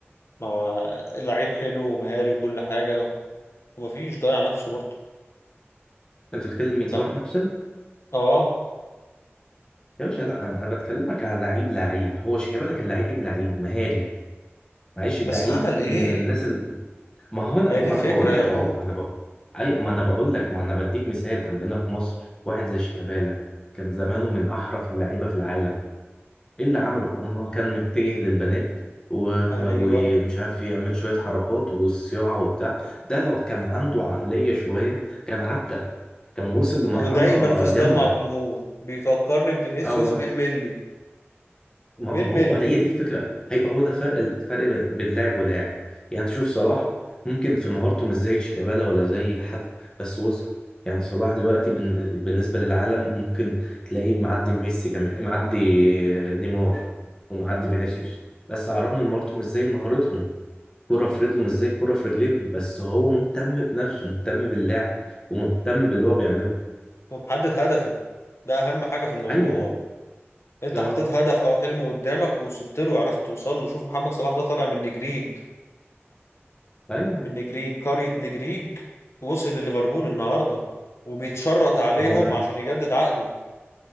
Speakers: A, on the left (about 75°); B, on the left (about 20°).
A: ما هو لعيب حلو ومهاري وكل حاجة ومفيش ضايع نفسه برضه
B: انت بتتكلم مين صلاح
A: كم
B: محسن
A: اه
B: يا باشا لا انا أنا بتكلمك على لعيب لعيب هو شيكابالا كان لعيب لعيب مهاري معلش
A: بس
B: لعيب
A: عمل ايه
B: من الناس ال... ما هو انا
A: ما
B: ما
A: هي دي
B: هو
A: الفكرة
B: انا بقول لك اهو ما انا بقول ايوه ما انا بقول لك ما انا بديك مثال عندنا في مصر واحد زي شيكابالا كان زمانه من احرف اللعيبه في العالم ايه اللي عمله آه، ان هو كان متجه للبنات و...
A: ايوه
B: ومش عارف يعمل شوية حركات وصياعة وبتاع ده لو كان عنده عقلية شوية كان عدى كان وصل لمرحلة
A: ودايما في صدام
B: جامدة
A: مع الجمهور بيفكرني بفينيسيوس
B: اه هو
A: بالملي
B: ما
A: بالملي
B: ما هو هي دي الفكره هي هو ده فرق الفرق بين بين لاعب ولاعب يعني انت شوف صلاح ممكن في مهارته مش زي شيكابالا ولا زي حد بس وصل يعني صلاح دلوقتي بالن- بالنسبه للعالم ممكن تلاقيه معدي ميسي كمان معدي نيمار ومعدي فينيسيوس بس على الرغم من مهارته مش زي مهارتهم كرة في رجله مش زي كرة في رجليهم بس هو مهتم بنفسه مهتم باللعب ومهتم باللي هو بيعمله
A: ومحدد هدفه ده اهم حاجة في الموضوع
B: ايوه
A: انت
B: اه
A: حطيت هدف او حلم قدامك ووصلت له وعرفت توصل له شوف محمد صلاح ده طالع من نجريج
B: ايوه
A: من نجريج قرية نجريج وصل لليفربول النهارده وبيتشرط عليهم
B: هو من
A: عشان يجدد عقده